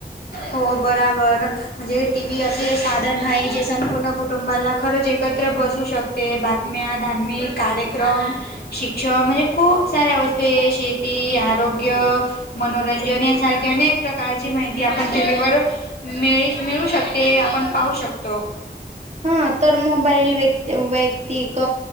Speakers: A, on the left; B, on the right.
A: हो बराबर म्हणजे टी व्ही असे साधन आहे जे संपूर्ण कुटुंबाला खरंच एकत्र बसू शक ते बातम्या धार्मिक कार्यक्रम असे शिक्षण म्हणजे खूप साऱ्या वस्तूये शेती आरोग्य मन मनोरंजन यासारखी अनेक प्रकारची माहिती आपण टी व्हीवर मिळे मिळू शकते आपण पाहू शकतो.
B: हा तर मोबाईल वेत वैयक्तिक